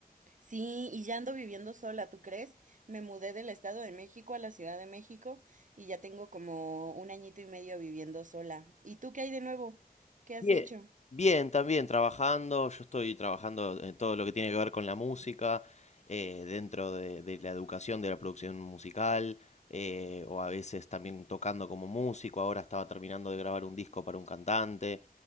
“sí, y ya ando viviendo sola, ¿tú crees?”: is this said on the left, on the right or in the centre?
Right